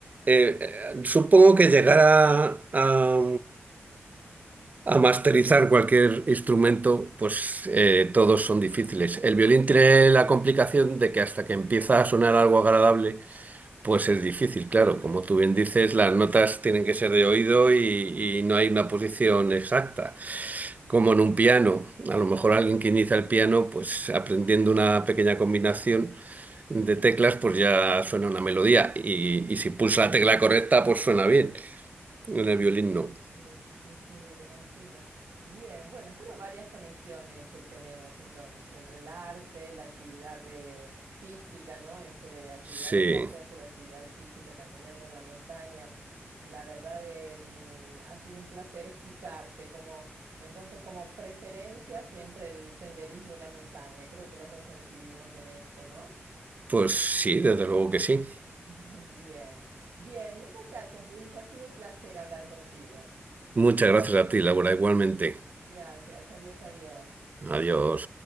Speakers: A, on the right; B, on the right.
A: Eh, eh, supongo que llegar a, a, a masterizar cualquier instrumento, pues eh, todos son difíciles. El violín tiene la complicación de que hasta que empieza a sonar algo agradable, Pues
B: Sí,
A: es difícil, claro. Como tú bien dices, las notas tienen que ser de oído y, y no hay una posición exacta.
B: claro,
A: Como en un piano. A lo mejor alguien que inicia el piano, pues aprendiendo una pequeña combinación de teclas, pues ya suena una melodía. Y, y si
B: sí.
A: pulsa la tecla correcta, pues suena bien. En
B: Sí,
A: el violín no.
B: sí, sí, sí, sí, me lo imagino. Bien, bueno, pero varias conexiones eh, tenemos entonces entre el arte, la actividad de física, ¿no? Esto de actividad
A: Sí,
B: de placer, pero actividad física, caminando en la montaña. La verdad, eh, mm, ha sido un placer escucharte. Como, entonces, como preferencia, siempre el senderismo y la montaña. Creo que los dos coincidimos en esto, ¿no?
A: pues sí, desde luego que sí.
B: <laughs> Bien, bien, muchas gracias, Luis. Ha sido un placer hablar contigo.
A: Muchas gracias a ti, Laura, igualmente.
B: Gracias, adiós, adiós.
A: Adiós.